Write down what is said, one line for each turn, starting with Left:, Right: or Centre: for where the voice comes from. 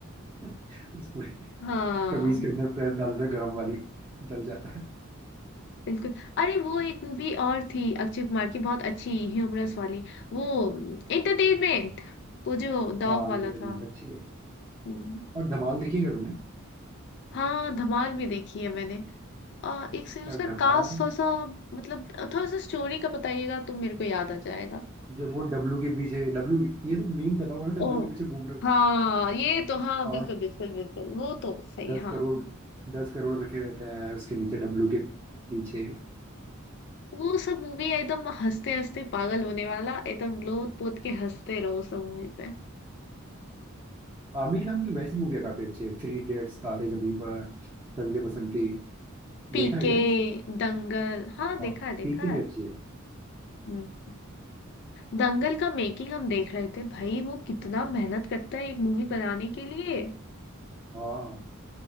Right: <laughs> उसको
Left: हाँ
Right: कमीज के अंदर प्रेस डाल देता है गरम वाली जल जाता है
Left: बिल्कुल अरे वो एक मूवी और थी अक्षय कुमार की बहुत अच्छी ह्यूमरस वाली वो एंटरटेनमेंट वो जो डॉग
Right: हाँ
Left: वाला
Right: एंटरटेनमेंट
Left: था
Right: अच्छी है
Left: हम्म,
Right: और धमाल देखिएगा तुमने
Left: हाँ धमाल भी देखी है मैंने आ, एक से उसका
Right: यार धमाल
Left: कास्ट थोड़ा सा मतलब थोड़ा सा स्टोरी का बताइएगा तो मेरे को याद आ जाएगा
Right: जब वो डब्लू के पीछे डब्लू ये तो मीम पता होगा ना
Left: ओ
Right: डब्लू के पीछे घूम रहे हो
Left: हाँ ये तो हाँ बिल्कुल
Right: आठ
Left: बिल्कुल बिल्कुल वो तो सही
Right: दस
Left: हाँ
Right: करोड़ दस करोड़ रखे रहते हैं उसके नीचे डब्लू के पीछे
Left: वो सब मूवी एकदम हंसते हंसते पागल होने वाला एकदम लोट पोत के हंसते रहो सब मूवी पे
Right: आमिर खान की वैसी मूवियाँ काफी अच्छी है थ्री इडियट्स तारे जमीन पर रंग दे बसंती
Left: पीके
Right: देखा है क्या ये सब
Left: दंगल हाँ
Right: हाँ
Left: देखा है देखा
Right: पीके भी
Left: है
Right: अच्छी है
Left: हम्म। दंगल का मेकिंग हम देख रहे थे भाई वो कितना मेहनत करता है एक मूवी बनाने के लिए
Right: हाँ